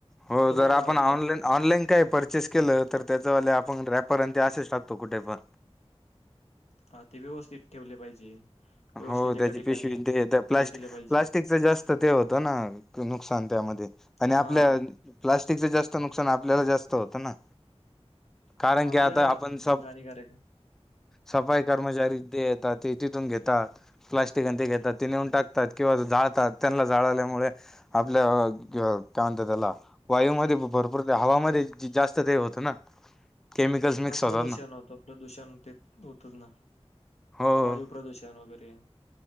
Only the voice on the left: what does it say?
तुम्हाला
काय वाटतं?
हा ते व्यवस्थित ठेवले पाहिजे व्यवस्थित
एका
ठिकाणी
हे केलं पाहिजे.
हा
आपल्याला
हात
हानिकारक आहे.
हा प्रदूषण
होतं प्रदूषण ते होतच ना
वायू प्रदूषण वगैरे